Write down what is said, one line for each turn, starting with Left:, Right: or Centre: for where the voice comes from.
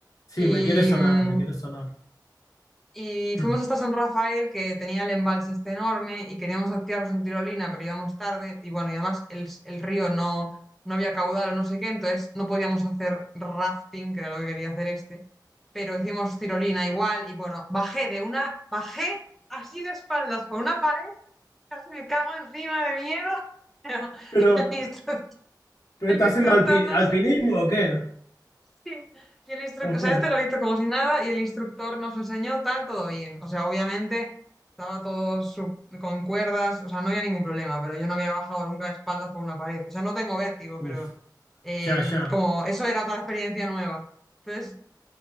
Left: sí,
Centre: Y,
Left: me quiere sonar,
Centre: mm,
Left: me quiere sonar.
Centre: y
Left: Mm.
Centre: fuimos hasta San Rafael, que tenía el embalse este enorme y queríamos activarnos en tirolina, pero íbamos tarde y bueno, y además el, el río no, no había caudal o no sé qué, entonces no podíamos hacer rafting, que era lo que quería hacer este, pero hicimos tirolina igual y bueno, bajé de una, bajé así de espaldas por una pared casi me cago encima de miedo, <laughs> pero
Left: Pero,
Centre: el instructor,
Left: ¿pero
Centre: el
Left: está
Centre: instructor
Left: haciendo alpi-
Centre: nos...
Left: alpinismo o qué?
Centre: sí. Y el instructor,
Left: ¿O qué?
Centre: o sea, este lo hizo como si nada y el instructor nos enseñó tal, todo bien. O sea, obviamente estaba todo su- con cuerdas, o sea, no había ningún problema, pero yo no había bajado nunca de espaldas por una pared. O sea, no tengo vértigo,
Left: Uf,
Centre: pero eh,
Left: ya, ya.
Centre: como eso era otra experiencia nueva. Entonces,